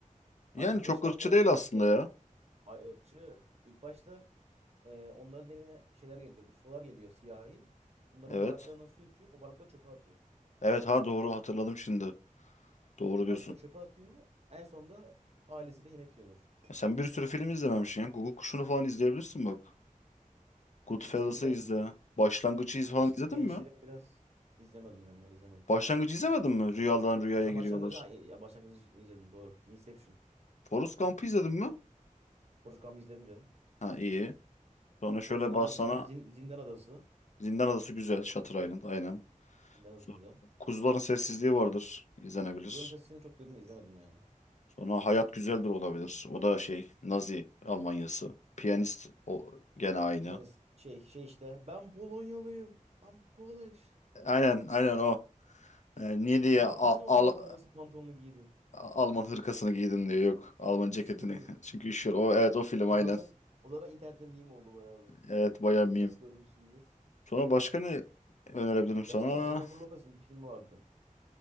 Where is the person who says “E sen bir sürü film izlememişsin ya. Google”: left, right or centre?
Left